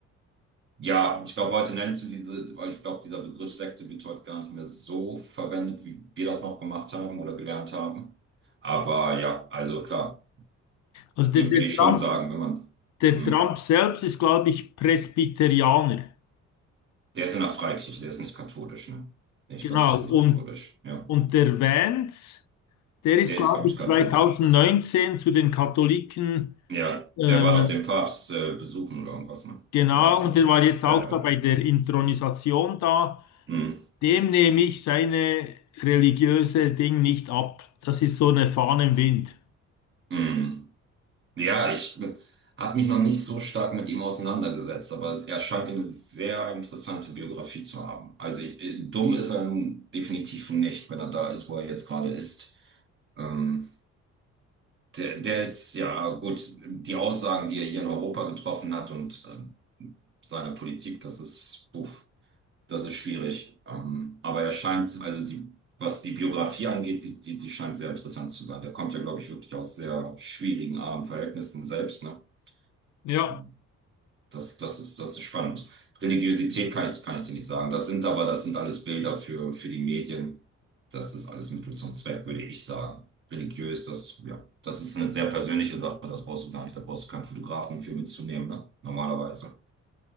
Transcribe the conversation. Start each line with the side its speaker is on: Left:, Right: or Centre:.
Right: ja, ich glaube, heute nennst du diese, weil ich glaube, dieser Begriff Sekte wird heute gar nicht mehr so verwendet, wie wir das noch gemacht haben oder gelernt haben. Aber ja, also klar,
Left: Also der,
Right: würde
Left: der
Right: würd ich
Left: Trump,
Right: schon sagen, wenn man,
Left: der
Right: mh,
Left: Trump selbst ist, glaube ich, Presbyterianer.
Right: der ist in der Freikirche, der ist nicht katholisch, ne? Ich
Left: Genau.
Right: glaube, der ist nicht
Left: Und,
Right: katholisch, ja.
Left: und der Vance, der ist,
Right: Der
Left: glaube
Right: ist, glaube ich,
Left: ich,
Right: katholisch.
Left: 2019 zu den Katholiken,
Right: Ja,
Left: äh,
Right: der war doch den Papst äh, besuchen oder irgendwas, ne?
Left: genau,
Right: Oder hatte.
Left: und der war jetzt
Right: Ja,
Left: auch da
Right: ja.
Left: bei der Inthronisation da.
Right: Hm,
Left: Dem nehme ich seine religiöse Ding nicht ab. Das ist so eine Fahne im Wind.
Right: hm. Ja, ich habe mich noch nicht so stark mit ihm auseinandergesetzt, aber er scheint eine sehr interessante Biografie zu haben. Also äh, dumm ist er nun definitiv nicht, wenn er da ist, wo er jetzt gerade ist. Ähm, der, der ist, ja gut, die Aussagen, die er hier in Europa getroffen hat und ähm, seine Politik, das ist, puh. das ist schwierig. Ähm, aber er scheint, also die, was die Biografie angeht, die, die, die scheint sehr interessant zu sein. Der kommt ja, glaube ich, wirklich aus sehr schwierigen, armen Verhältnissen selbst, ne?
Left: Ja,
Right: Ähm, das, das ist, das ist spannend. Religiosität kann ich, kann ich dir nicht sagen. Das sind aber, das sind alles Bilder für, für die Medien. Das ist alles Mittel zum Zweck, würde ich sagen. Religiös, das, ja, das ist eine sehr persönliche Sache, das brauchst du gar nicht, da brauchst du keinen Fotografen für mitzunehmen, ne? Normalerweise.